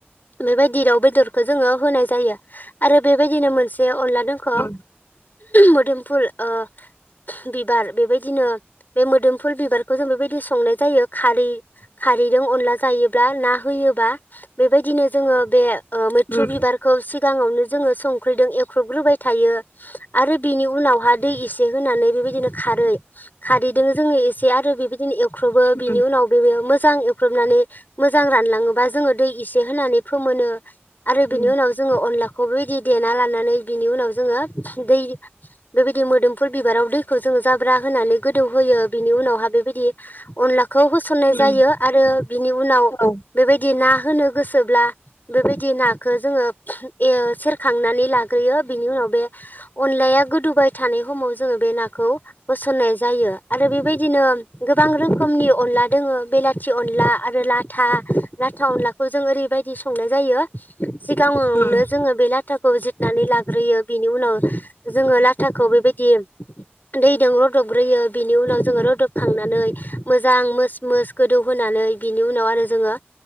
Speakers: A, on the left (about 50°); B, on the left (about 80°).
A: बेबायदि दाव बेदरखौ जोङो होनाय जायो आरो बेबायदिनो मोनसे अनला खौ
B: उम
A: मोदोमफुल ओ बिबार बेबायदिनो बे मोदोमफुल बिबारखौ जों बेबायदि संनाय जायो खारै खारैजों अनला जायोब्ला ना होयोबा बेबायदिनो जोङो बे ओ मैथ्रु
B: उम
A: बिबारखौ सिगाङावनो जोङो संख्रिदों एख्रबग्रोबाय थायो आरो बिनि उनावहा दै इ से होनानै बेबाय दिनो खारै खारैदो जोङो ए से आरो बिबायदिनो एव ख्रुबो
B: उम
A: बिनि उनाव मोजां एवख्रबनानै मोजां रानलाङोबा जोङो दै इसे होनानै फोमोनो आरो बिनि
B: उम
A: उनाव जोङो अनला खौ बेबायदि देना लानानै बिनि उनाव जोङो दै बेबायदि मोदोमफुल बिबाराव दै खौ जोङो ज्राबा होनानै गोदौ होयो बिनि उनावहा बेबायदि अनलाखौ हो सननाय जायो
B: उम
A: आरो बिनि उनाव
B: औ
A: बेबायदि ना होनो गोसोब्ला बेबायदि नाखौ जोङो सेरखांनानै लाग्रोयो बिनि उनाव बे अनलाया गोदौबाय थानाय समाव जों बे नाखौ होसननाय जायो आरो बेबायदिनो गोबां रोखोमनि अनला दोङो बेलाथि अनला आरो लाथा लाथा अनलाखौ जों ओरैबायदि संनाय जायो सिगाङावनो
B: उम
A: जोङो बे लाथाखौ जिरनानै लाग्रोयो बिनि उनाव जोङो लाथाखौ बेबाय दि दैजों रुदबग्रोयो बिनि उनाव जोङो रुदबखांनानै मोजां मो मोस गोदौहानै बिनि उनाव आरो जोङो